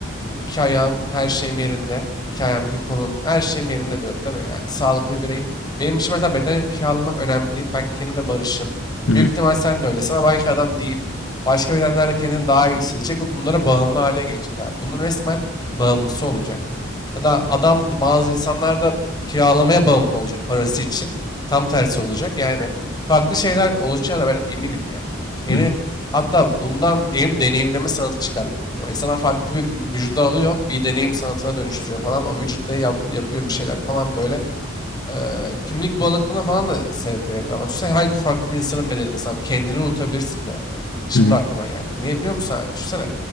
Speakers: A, on the left; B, on the left.
A: iki ayağım her şeyim yerinde. İki ayağım iki kolum her şeyim yerinde diyorum değil mi? Yani sağlıklı bireyim. Benim için mesela beden kiralamak önemli değil. Ben kendimle barışım. Büyük
B: Hı hı.
A: ihtimal sen de öylesin ama belki adam değil. Başka bedenlerle kendini daha iyi hissedecek ve bunlara bağımlı hale gelecek abi. Bunun resmen bağımlısı olacak. Ya da adam bazı insanlar da kiralamaya bağımlı olacak parası için. Tam tersi olacak. Yani farklı şeyler oluşacağına ben eminim yani. Yeni
B: Hı
A: hatta bundan yeni bir deneyimleme sanatı çıkar büyük ihtimal. İnsanlar farklı bir vü- vücuda alıyor, bir deneyim sanatına dönüştürüyor falan. O vücutla yap, yapıyor bir şeyler falan böyle eee, kimlik bulanıklığına falan da sebep verebilir. Ama düşünsene her gün farklı bir insanın bedelini sen Kendini unutabilirsin bu arada. Şimdi
B: hı.
A: aklıma geldi. Niye biliyor musun abi? Düşünsene.